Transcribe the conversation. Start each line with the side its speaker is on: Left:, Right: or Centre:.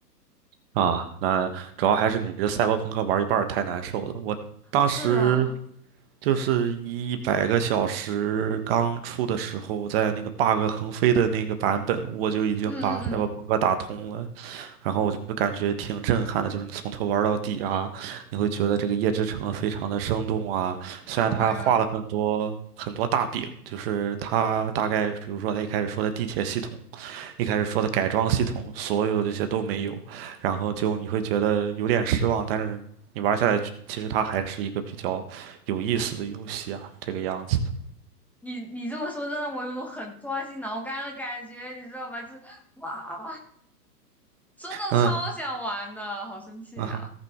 Right: 啊，那主要还是你这赛博朋克玩一半儿太难受了。我当时
Centre: 是啊，
Right: 就是一百个小时刚出的时候，在那个 bug 横飞的那个版本，我就已经把赛博朋克打通了。
Centre: 嗯嗯嗯
Right: 然后我就感觉挺震撼的，就是你从头玩到底啊，你会觉得这个夜之城非常的生动啊。虽然他画了很多很多大饼，
Centre: ，Oh my god，
Right: 就是他大概，比如说他一开始说的地铁系统，一开始说的改装系统，所有的这些都没有，然后就你会觉得有点失望，但是你玩下来，其实它还是一个比较有意思的游戏啊，这个样子的。
Centre: 你你这么说，真让我有种很抓心挠肝的感觉，你知道吧？就是哇，真的超想玩的，
Right: 嗯
Centre: 好生气啊！
Right: 嗯